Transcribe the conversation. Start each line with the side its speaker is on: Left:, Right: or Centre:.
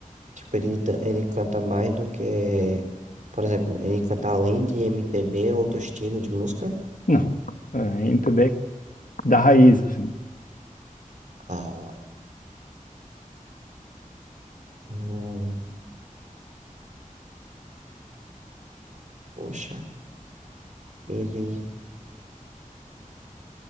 Right: tipo, ele, dan- ele canta mais do que. Por exemplo, ele canta além de MPB, outro estilo de música.
Left: Não. É MPB da raiz, assim.
Right: Ah, não. Poxa. Ele,